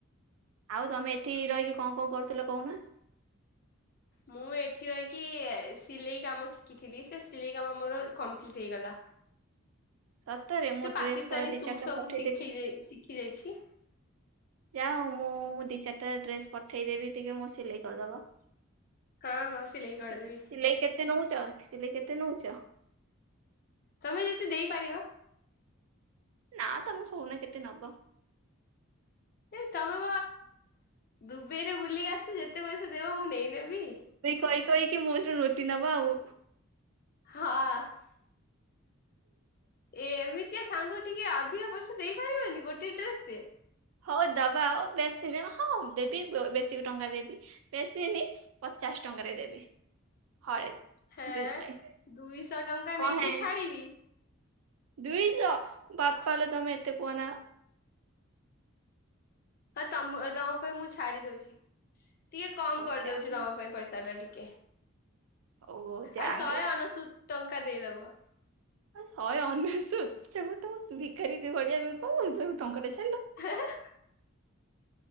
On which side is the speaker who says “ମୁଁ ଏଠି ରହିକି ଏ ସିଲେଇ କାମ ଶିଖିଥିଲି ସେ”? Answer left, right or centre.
Left